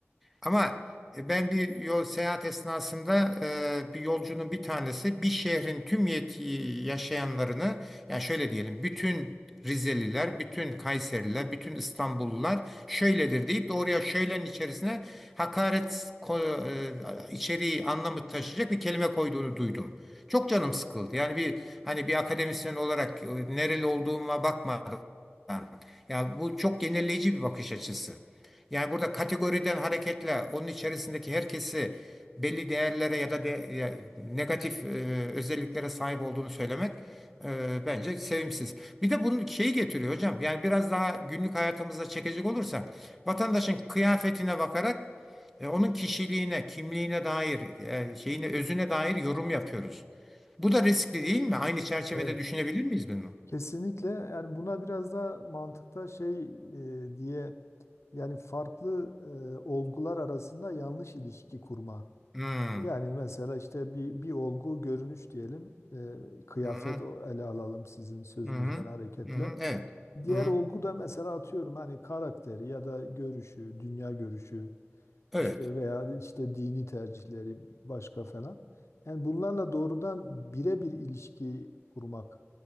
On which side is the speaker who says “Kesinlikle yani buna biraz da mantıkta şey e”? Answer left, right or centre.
Left